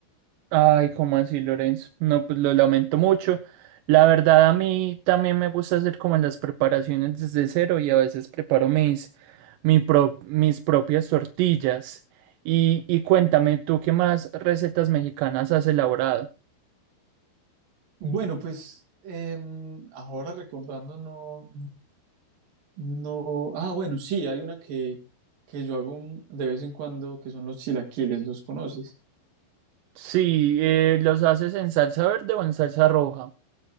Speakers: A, on the right (about 80°); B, on the right (about 50°).
A: Ay, ¿cómo así, Lorenzo? No, pues lo lamento mucho. La verdad, a mí también me gusta hacer como las preparaciones desde cero y a veces preparo mis, mi pro- mis propias tortillas. Y, y cuéntame, ¿tú qué más recetas mexicanas has elaborado?
B: Bueno, pues em, ahora recordando, no, no, ah, bueno, sí, hay una que, que yo hago un- de vez en cuando, que son los chilaquiles, ¿los conoces?
A: Sí, eh, ¿los haces en salsa verde o en salsa roja?